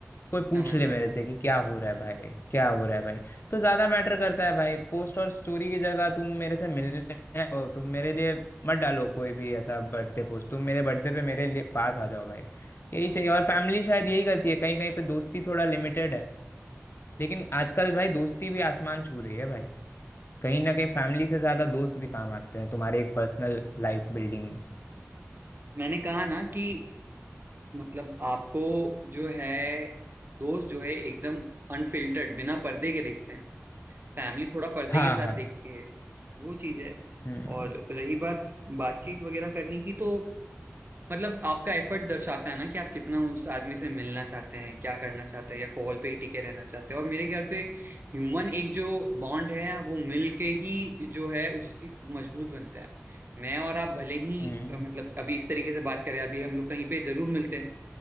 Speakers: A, on the left (about 50°); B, on the right (about 45°).
A: कोई पूछ
B: समझ
A: ले
B: गया
A: मेरे
B: समझ
A: से कि क्या हो रहा है भाई क्या हो रहा है भाई तो ज्यादा मैटर करता है भाई पोस्ट और स्टोरी की जगह तुम मेरे से मिलने आओ तुम मेरे लिए मत डालो कोई भी ऐसा बर्थडे पोस्ट तुम मेरे बर्थडे पे मेरे लिए पास आ जाओ भाई यही चाहिए और फैमिली शायद यही करती है कहीं कहीं पे दोस्ती थोड़ा लिमिटेड है लेकिन आजकल भाई दोस्ती भी आसमान छू रही है भाई कहीं ना कहीं फैमिली से ज्यादा दोस्त भी काम आते हैं तुम्हारे एक पर्सनल लाइफ बिल्डिंग में
B: मैंने कहा ना कि मतलब आपको जो है दोस्त जो है एकदम अनफिल्टर्ड बिना पर्दे के देखते हैं फैमिली थोड़ा पर्दे
A: हाँ
B: के साथ
A: हाँ
B: देखती है वो चीज है
A: हम्म
B: और रही बात बातचीत वगैरह करने की तो मतलब आपका एफर्ट दर्शाता है ना कि आप कितना उस आदमी से मिलना चाहते हैं क्या करना चाहते हैं या कॉल पे ही टिके रहना चाहते हैं और मेरे ख्याल से ह्यूमन एक जो बॉन्ड है वो मिल के ही जो है उस मजबूत बनता है मैं और आप भले ही
A: हम्म
B: अ, मतलब अभी इस तरीके से बात करें अभी हम लोग कहीं पे जरूर मिलते हैं